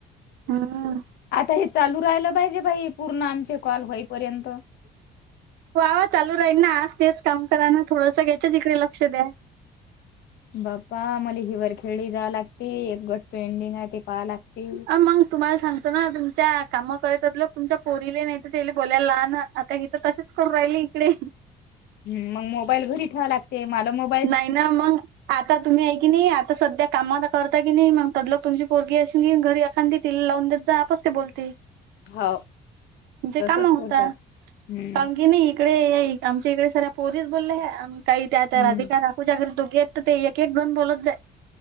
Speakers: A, on the right; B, on the left.
A: हम.
B: आता हे चालू राहिलं पाहिजे बाई पूर्ण आमचे कॉल होईपर्यंत.
A: वा वा चालू राहील ना आज तेच काम करा ना थोडं घ्यायच्याच इिकडे लक्ष द्या.
B: बाप्पा आमला हिवरखेळली जा लागते एक गट पेंडिंग आहे ते पहा लागते.
A: अ मग तुम्हाला सांगतो ना तुमच्या काम करत लोक तुमच्या पोरीले नाही तर तेले बोलायला लहान. आता हित तसेच करून राहिल इकडे.
B: ह मग मोबाईल घरी ठेवा लागत मला मोबाई
A: नाही ना मग. आता तुम्ही आहे की नाही आता सध्या कामात करता की नाही मंग तद लोक तुमची पोरगी असली घरी एखांदी. तिल लावून देत जा आपस ते बोलते.
B: हो
A: तुमचे
B: तसच
A: काम होता,
B: करतात हम्म
A: काऊन की नाही. इकडे आमच्या इकडे साऱ्या पोरीच बोलल्या ह्या अन् काही त्या तर
B: हम्म
A: अधिक राखूच्या घरी दोघेेयेत तर ते एक एक जन बोलत जाय.